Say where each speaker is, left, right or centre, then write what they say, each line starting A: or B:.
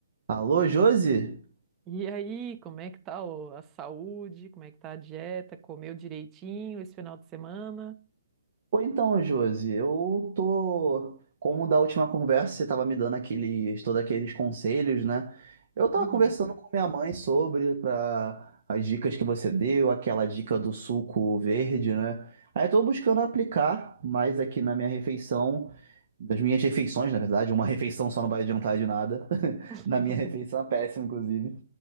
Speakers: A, on the right (about 55°); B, on the right (about 20°).
A: Alô, Josi?
B: E aí, como é que tá o- a saúde? Como é que tá a dieta? Comeu direitinho esse final de semana?
A: Ou então, Josi, eu tô. Como da última conversa você tava me dando aqueles, todos aqueles conselhos, né? Eu tava
B: Uhum.
A: conversando com minha mãe sobre pra, as dicas que você deu, aquela dica do suco verde, né? Aí eu tô buscando aplicar mais aqui na minha refeição, das minhas refeições, na verdade, uma <laughs> refeição só não vai adiantar de nada. <laughs>
B: <laughs>
A: Na minha refeição é péssima, inclusive.